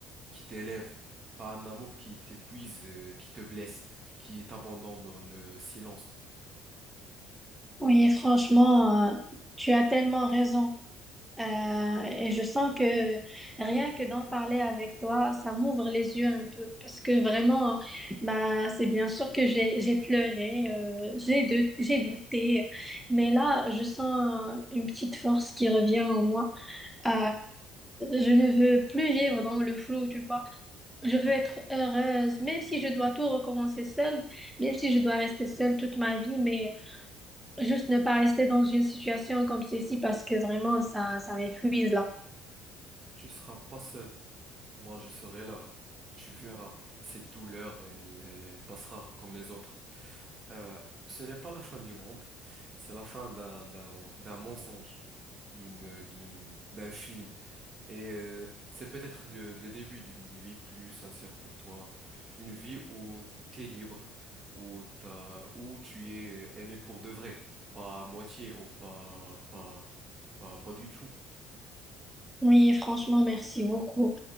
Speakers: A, on the right; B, in the centre.
A: qui t'élève, pas un amour qui t'épuise, euh, qui te blesse, qui t'abandonne dans le silence.
B: Oui, franchement, euh, tu as tellement raison. Euh, et je sens que rien que d'en parler avec toi, ça m'ouvre les yeux un peu. Parce que vraiment, bah, c'est bien sûr que j'ai, j'ai pleuré, euh, j'ai de- j'ai douté. Mais là, je sens une petite force qui revient en moi. Euh, je ne veux plus vivre dans le flou, tu vois. Je veux être heureuse, même si je dois tout recommencer seule, même si je dois rester seule toute ma vie. Mais Juste ne pas rester dans une situation comme celle-ci parce que vraiment, ça, ça m'épuise là.
A: Tu seras pas seul. Moi, je serai là. Et tu verras, cette douleur, elle, elle, elle passera comme les autres. Euh, ce n'est pas la fin du monde, c'est la fin d'un d'un d'un mensonge, d'une d'une d'un film. Et euh, c'est peut-être le, le début d'une vie plus sincère pour toi, une vie où t'es libre, où t'as où tu es aimé pour de vrai, pas à moitié ou pas pas pas pas du tout.
B: Oui, franchement, merci beaucoup.